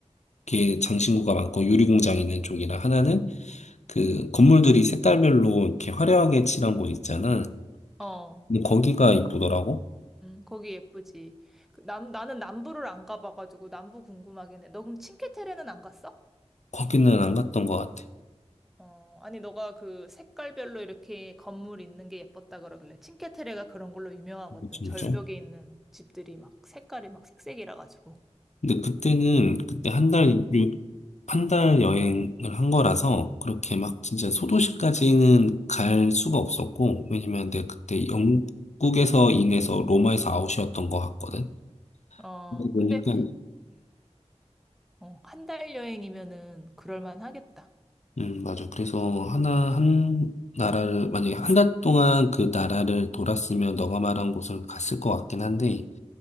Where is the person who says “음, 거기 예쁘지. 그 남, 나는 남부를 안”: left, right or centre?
Centre